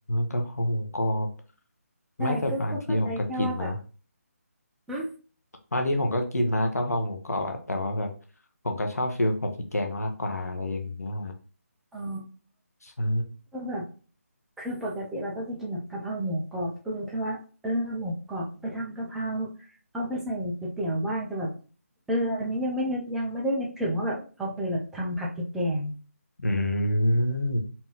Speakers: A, on the left; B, in the centre.
A: กะเพราหมูกรอบ
B: ใช่ก็ก็เข้าใจแค่ว่าแบบ
A: แม้แต่บางทีผมก็กินนะ
B: หึ
A: บางทีผมก็กินนะกะเพราหมูกรอบอะแต่ว่าแบบผมก็ชอบฟิลผัดพริกแกงมากกว่าอะไรอย่างเงี้ย
B: อ๋อ
A: ใช่
B: ก็แบบคือปกติเราก็จะกินแบบกะเพราหมูกรอบก็รู้แค่ว่าเออหมูกรอบไปทำกะเพราเอาไปใส่ก๋วยเตี๋ยวบ้างจะแบบเอออันนี้ยังไม่นึกยังไม่ได้นึกถึงว่าแบบเอาไปแบบทำผัดพริกแกง
A: อืม